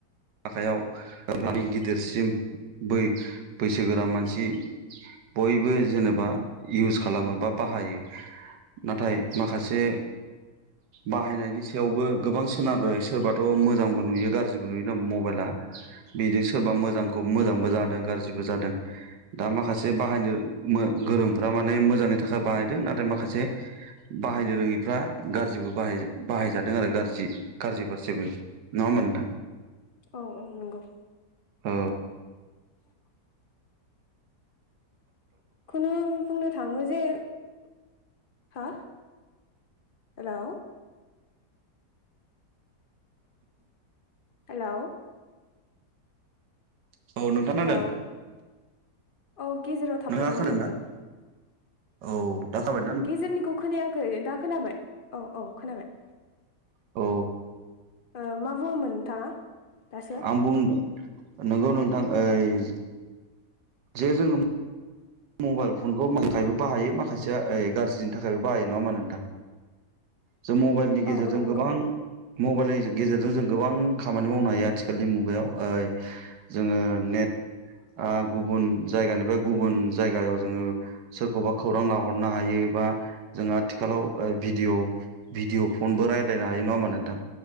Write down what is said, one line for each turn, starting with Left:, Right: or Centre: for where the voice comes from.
Right: आखायाव होबनानै गिदिरसिम बै बैसोगोरा मानसि बयबो जेनेबा इउस खालामो बा बाहायो। नाथाय माखासे बाहायनायनि सायावबो गोबां सोनारो सोरबाथ' मोजांबो नुयो गारजिबो नुयो। नोम मबायला बेजों सोरबा मोजांखौ मोजांबो जादों गारजिबो जादों। दा माखासे बाहायनो मो गोरोंफोरा माने मोजांनि थाखाय बाहायदों नाथाय माखासे बाहायनो रोङिफ्रा गारजिबो बाहाय बाहायजादों आरो गारजि-गारजि फारसेबो। नङा होमबा नोंथां।
Left: औ-औ नंगौ।
Right: हो।
Left: <unintelligible> खुनु बुंनो थाङो जे हा हेलौ हेलौ।
Right: औ औ नोंथां
Left: हेलौ
Right: खोनादों
Left: औ गेजेराव
Right: नोंथाङा
Left: थाबथादोंमोन
Right: खोनादों
Left: नोंथां।
Right: ना औ दा खाबाय
Left: गेजेरनिखौ खोनायाखै दा खोनाबाय औ औ खोनाबाय।
Right: औ।
Left: ओ मा बुंङामोन नोंथाङा। दासो
Right: आं बुंनो नोंगौ नोंथां ओय जे जोङो मबाइल फनखौबो बाहायो माखासेया ओइ गारजिनि थाखायबो बाहायो नङा मा नोंथां। जों मबाइलनि गेजेरजों
Left: औ औ नंगौ
Right: गोबां मबाइलनि गेजेरजों जों गोबां खामानि मावनो हायो आथिखालनि मुगायाव ओय जोङो नेट आ गुबुन जायगानिफ्राय गुबुन जायगायाव जोंङो सोरखौबा खौरां लाहरनो हायो बा जों आथिखालाव भिदिअ भिदिअ फनबो रायज्लायनो हायो नंङा होमबा नोंथां